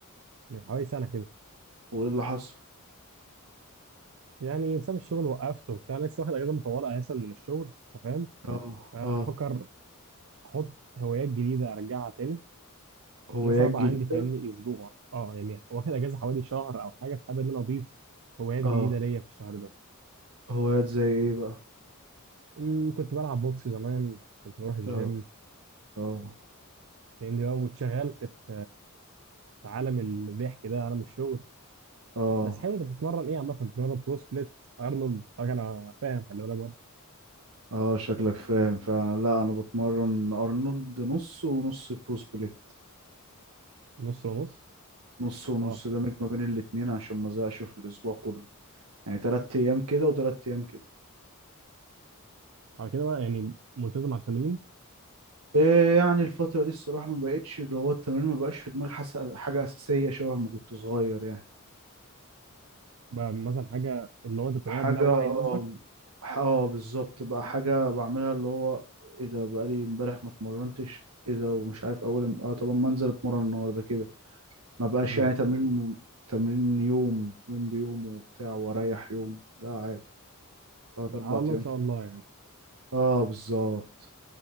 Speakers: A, on the right (about 60°); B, on the right (about 80°).
A: من حوالي سنة كده
B: وايه اللي حصل
A: يعني بسبب الشغل وقفت وبتاع أنا لسه واخد اجازة مطولة اساسا من الشغل انت فاهم
B: اه
A: أه
B: اه
A: بفكر احط هوايات جديدة ارجعها تاني
B: هوايات
A: انا صعبة
B: جديدة
A: عندي فاهمني اسبوع اه يعني واخد اجازة حوالي شهر او حاجة فحابب ان انا اضيف هوايات
B: اه
A: جديدة ليا في الشهر ده
B: هوايات زي ايه بقى
A: أمم، كنت بلعب بوكس زمان كنت بروح الجيم
B: اه اه
A: فاهمني بقى واتشغلت في في عالم الضحك ده عالم الشغل
B: اه
A: بس حلو انت بتتمرن ايه عامة بتتمرن برو سبليت ارنولد حاجة انا فاهم خلي بالك برضه
B: اه شكلك فاهم فعلا لا انا بتمرن ارنولد نص ونص برو سبليت
A: نص ونص
B: نص ونص
A: اه
B: ده ميك ما بين الاتنين عشان ما ازهقش في الاسبوع كله يعني تلات ايام كده وتلات ايام كده
A: على كده بقى يعني ملتزم على التمرين
B: إيه يعني الفترة دي الصراحة ما بقتش اللي هو التمرين ما بقاش في دماغي حس... حاجة أساسية شبه ما كنت صغير يعني
A: بقى مثلا حاجة اللي هو انت بتعملها
B: حاجة
A: بلا وعي
B: اه
A: قصدك
B: ح- آه، بالظبط بقى حاجة بعملها اللي هو ايه ده بقالي امبارح ما اتمرنتش ايه ده ومش عارف اول ام- اه طب ما انزل اتمرن النهارده كده ما بقاش
A: أمم،
B: يعني تمرين تمرين يوم يوم بيوم وبتاع واريح يوم لا عادي تلات اربع
A: على الله
B: ايام
A: ان شاء
B: في-
A: الله يعني
B: اه بالظبط